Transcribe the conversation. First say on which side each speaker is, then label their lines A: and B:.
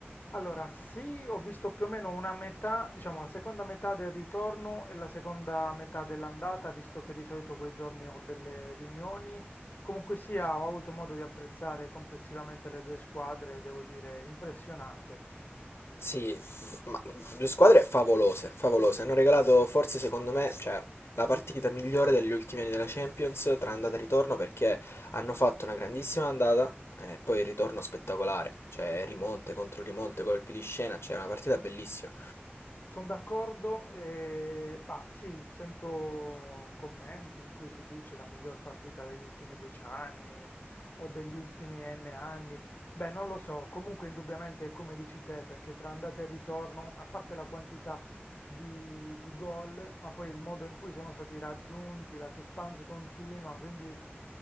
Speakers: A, on the left; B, on the left.
A: Allora, sì, ho visto più o meno una metà, diciamo la seconda metà del ritorno e la seconda metà dell'andata, visto che di solito quei giorni ho delle riunioni. Comunque sia, ho avuto modo di apprezzare complessivamente le due squadre, devo dire, impressionante.
B: Sì, ma due squadre favolose, favolose. Hanno regalato forse secondo me, cioè, la partita migliore degli ultimi anni della Champions tra andata e ritorno perché hanno fatto una grandissima andata e poi il ritorno spettacolare, cioè rimonte contro rimonte, colpi di scena, cioè una partita bellissima.
A: Sono d'accordo, e bah, sì, sento commenti in cui si dice la miglior partita degli ultimi dieci anni o degli ultimi N anni. Beh, non lo so, comunque indubbiamente è come dici te, perché tra andata e ritorno, a parte la quantità di, di gol, ma poi il modo in cui sono stati raggiunti, la suspense continua, quindi